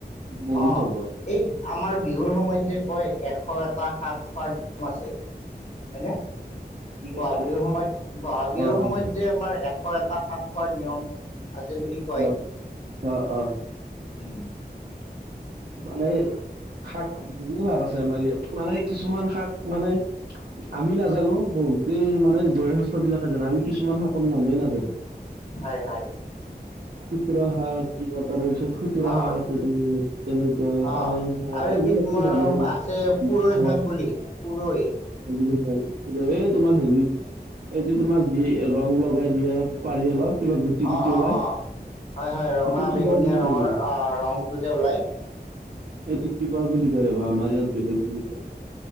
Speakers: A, on the right; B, on the left.
A: বহুত
B: অ'
A: হ'ব
B: এই আমাৰ বিহুৰ সময়ত যে কয় এশ এটা শাক খোবাৰ আছে হয়নে?
A: কি কৈছা
B: বহাগ বিহুৰ সময়ত বহাগ বিহুৰ
A: অ', অ',
B: সময়ত যে আমাৰ এশ এটা শাক খোৱাৰ নিয়ম আছে বুলি কয়।
A: অ', অ', অ',
B: উম।
A: মানে, শাক বহু ভাগ আছে আমাৰ ইাত মানে কিছুমান শাক মানে আমি নাজানো বহুতেই মানে বয়সস্থ বিলাকে জানো আমি কিছুমান শাকৰ নামেই নাজানো।
B: হয়, হয়।
A: কুতুৰা আহ যিবা তাৰে পিছত খুচুৰা
B: অ
A: শাক আছে তুমি কেনেকুৱা
B: অ
A: পালেং শাক
B: আৰু
A: এইবিলাকো
B: এবিধ মোৰ
A: জানাই,
B: আছে পুৰৈ
A: শাক
B: বুলি পুৰৈ।
A: <unintelligible> এই তোমাৰ হেৰি এইটো তোমাৰ যি ৰং লগাই দিয়া পাৰি অলপ কিবা গুটি
B: অ
A: গুটি
B: অ
A: ওলাই।
B: অ হয় হয় ৰঙা
A: এইটো কিবা
B: বেঙুনীয়া
A: বুলি
B: ৰঙৰ
A: কয় ৰ'বা
B: আহ ৰংটো যে ওলায়।
A: এইটো কপা বুলি কয় ৰবা আমাৰ ইয়াত বেলেগ বুলি কয়।